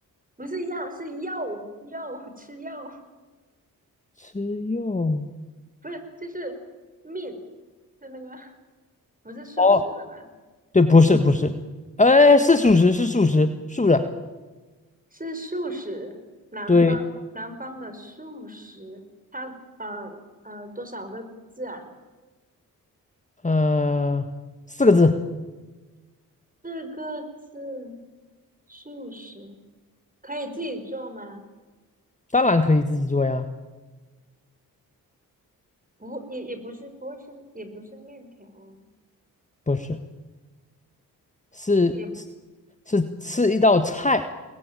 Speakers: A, on the right; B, on the left.
A: 不是药是肉肉吃肉，
B: 吃药
A: 不是就是 meat 是那个不是素食的吧？
B: 哦，对，
A: 嗯，
B: 不是不是，哎，是素食是素食素的，
A: 是素食，南方南方的素食，
B: 对，
A: 它呃呃多少个字啊？
B: 呃，四个字，
A: 四个字，素食可以自己做吗？
B: 当然可以自己做呀，
A: 不，也也不是，不会是，也不是面条哦，
B: 不是是是
A: 也
B: 是吃一道菜，